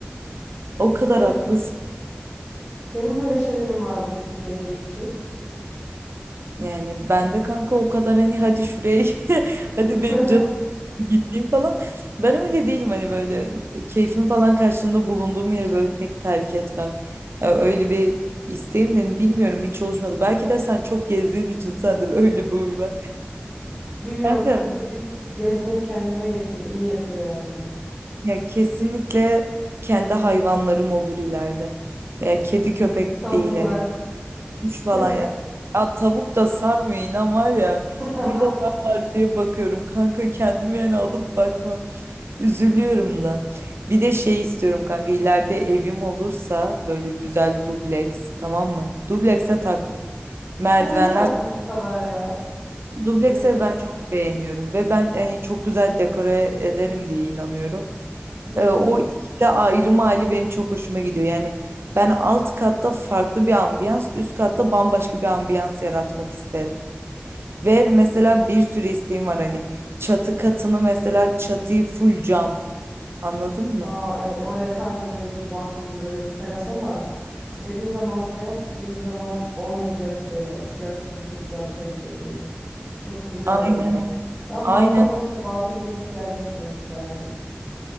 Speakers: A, on the right; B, in the centre.
A: O kadar
B: Böyle
A: haklısın.
B: senin böyle şeylerin var mı peki gelecek için?
A: Yani ben de kanka o kadar hani hadi şuraya <laughs> hadi
B: <laughs>
A: benim canım <laughs> gittiğim falan. Ben öyle değilim hani böyle keyfim falan karşılığında bulunduğum yeri böyle pek terk etmem. Ya öyle bir isteğim de hani bilmiyorum hiç oluşmadı. Belki de sen çok gezdiğin için sende öyle bir huy var.
B: Bilmiyorum
A: Kanka
B: kanka beni gezmek kendime getiriyor. İyi yapıyor yani.
A: ya kesinlikle kendi hayvanlarım olur ileride. Veya kedi köpek
B: Tavuklar.
A: değil hani Kuş
B: <laughs>
A: falan ya. Ya tavuk da sarmıyor inan var ya.
B: <laughs>
A: Burada var var diye bakıyorum kanka kendimi yani alıp bakmam. Üzülüyorum da. Bir de şey istiyorum kanka ileride evim olursa böyle güzel dubleks tamam mı? Dublekse taktım. Merdivenler
B: Sen niye taktın bu kadar ya?
A: dublekse
B: Komplekse.
A: ben çok beğeniyorum ve ben yani çok güzel dekore ederim diye inanıyorum.
B: Hı hı.
A: Ee, o ikili ayrım hali benim çok hoşuma gidiyor. Yani ben alt katta farklı bir ambiyans, üst katta bambaşka bir ambiyans yaratmak isterim. Ve mesela bir sürü isteğim var hani çatı katını mesela çatıyı full cam anladın mı?
B: Aa evet oraya kanka böyle bir bahçe gibi böyle bir teras ama istediğin zaman teras istediğin zaman olmayacak böyle açacaksın full cam pencereyi. Çok güzel
A: Aynen
B: oluyor ya. Ben
A: aynen
B: balkonda mesela balkonu geniş bir yerde oturmak isterdim.